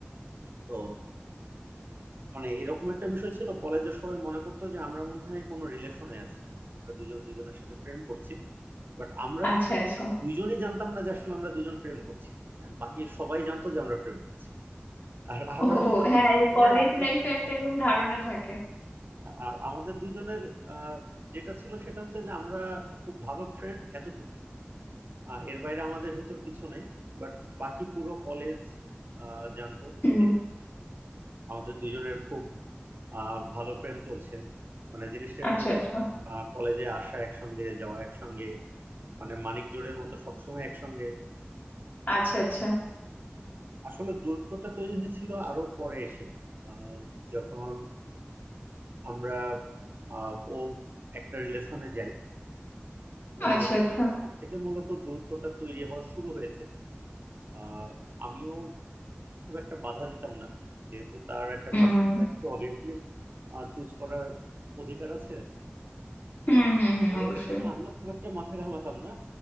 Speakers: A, on the right (about 55°); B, on the left (about 50°).
A: তো মানে এরকম একটা বিষয় ছিল কলেজের সবাই মনে করতো যে আমরা মনে হয় কোনো রিলেশনে আছি আমরা দুজন দুজনের সাথে প্রেম করছি বাট আমরা
B: আচ্ছা আচ্ছা
A: দুইজনই জানতাম না যে আসলে আমরা দুজন প্রেম করছি হ্যাঁ, বাকি সবাই জানতো যে আমরা প্রেম করছি আর আমরা
B: ও
A: দুজন
B: হ্যাঁ এই কলেজ
A: যে আমাদের
B: লাইফে একটা এরকম ধারণা থাকে
A: আর আমাদের দুইজনের আহ, যেটা ছিল সেটা হচ্ছে যে আমরা খুব ভালো ফ্রেন্ড এতটুকু আহ, এর বাইরে আমাদের ভিতর কিছু নেই বাট বাকি পুরো কলেজ জানতো
B: হুম
A: যে আমাদের দুইজনের খুব আহ, ভালো প্রেম চলছে মানে জিনিসটা এরকম
B: আচ্ছা
A: ছিল
B: আচ্ছা
A: কলেজে আসা একসঙ্গে যাওয়া একসঙ্গে মানে মানিক জোড়ের মতো সবসময় একসঙ্গে
B: আচ্ছা আচ্ছা
A: আসলে দূরত্বটা তৈরি হয়েছিল আরো পরে এসে আহ, যখন আমরা আহ, ও একটা রিলেশনে যাই কোরিলেশন
B: আচ্ছা আচ্ছা
A: থেকে মূলত দূরত্বটা তৈরি হওয়া শুরু হয়েছে আহ, আমিও খুব একটা বাধা দিতাম না যেহেতু তার একটা
B: হুম
A: পার্সোনাল লাইফ তো অবভিয়াসলি চুজ করার অধিকার আছে
B: হুম হুম হুম
A: তো
B: অবশ্যই
A: এটা নিয়ে আমিও খুব একটা মাথা ঘামাতাম না